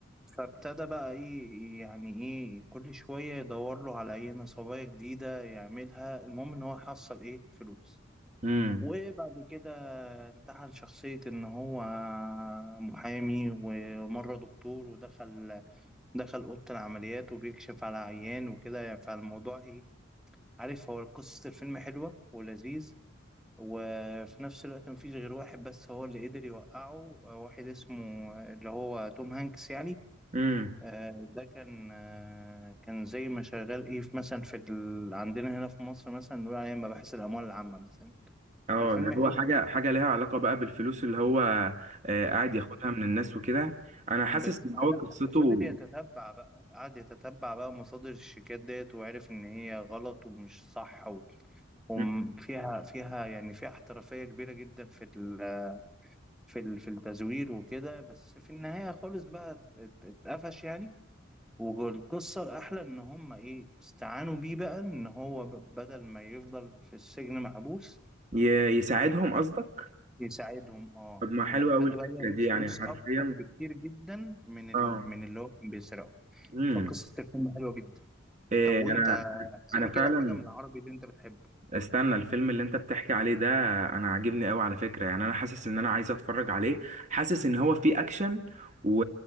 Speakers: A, in the centre; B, on the right (about 35°).
A: فابتدى بقى ايه يعني ايه كل شوية يدور له على اي نصباية جديدة يعملها المهم ان هو حصل ايه فلوس
B: امم
A: وبعد كده امتحن شخصية إن هو محامي ومرة دكتور ودخل دخل أوضة العمليات وبيكشف على عيان وكده فالموضوع إيه عارف هو قصة الفيلم حلوة ولذيذ وفي نفس الوقت مفيش غير واحد بس هو اللي قدر يوقعه واحد اسمه اللي هو توم هانكس يعني
B: امم
A: آه، ده كان آه، كان زي ما شغال ايه في مثلا في ال... عندنا هنا في مصر مثلا نقول عليه مباحث الاموال العامه مثلا
B: اه
A: فالفيلم
B: اللي
A: حلو
B: هو حاجه
A: قوي
B: حاجه ليها علاقه بقى بالفلوس اللي هو آه، قاعد ياخدها من الناس وكده انا حاسس
A: بس
B: ان
A: آه
B: هو
A: لا
B: قصته
A: فضل يتتبع بقى قعد يتتبع بقى مصادر الشيكات ديت وعرف ان هي غلط ومش صح و- وفيها
B: مم.
A: فيها يعني فيها احترافية كبيرة جدا في ال- في ال- في التزوير وكده بس في النهاية خالص بقى ات- ات- اتقفش يعني والقصة الأحلى إن هم إيه استعانوا بيه بقى إن هو ب- بدل ما يفضل في السجن محبوس
B: ي- يساعدهم قصدك
A: يساعدهم اه
B: طب ما حلوه
A: وابتدى
B: قوي الفكره
A: بقى يعمل
B: دي يعني
A: فلوس
B: حرفيا
A: اكتر بكتير جدا من ال...
B: اه
A: من اللي هو كان بيسرقه
B: امم
A: فقصة الفيلم حلوة جدا
B: إيه
A: طب وانت
B: انا
A: احكي
B: انا
A: لي كده
B: فعلا
A: حاجة من العربي اللي انت بتحبه
B: استنى الفيلم اللي انت بتحكي عليه ده انا عاجبني قوي على فكرة يعني انا حاسس ان انا عايز اتفرج عليه حاسس ان هو فيه اكشن و...